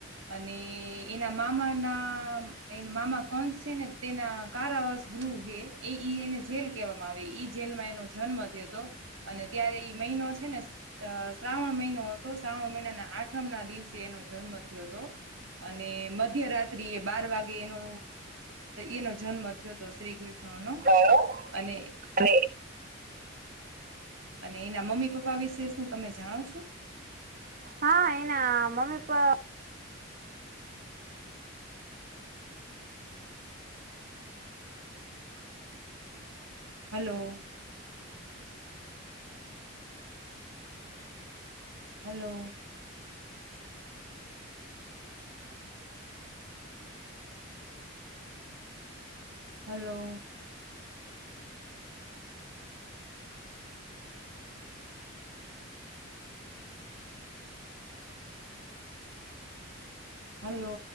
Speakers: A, on the right; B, on the right.
A: અને એના મામાના એ મામા કંસ છે ને તેના કારાવાસ ગૃહ હ એ એને જેલ કહેવામાં આવે જેલમાં એનો જન્મ થયો હતો. અને ત્યારે એ મહિનો છે ને શ્રાવણ મહિનો હતો, સા્રાવણ મહિનાના આઠમ ના દિવસે એનો જન્મ થયો હતો અને મધ્ય રાત્ર બાર વાગે એનો એનો જન્મ થયો, શ્રી કૃષ્ણ નો
B: થયો
A: અને
B: અને
A: અને એના મમ્મી પપ્પા વિશે શું તમે જાણો છો? <unintelligible>
B: હા એના mummy papa
A: hello hello hello hello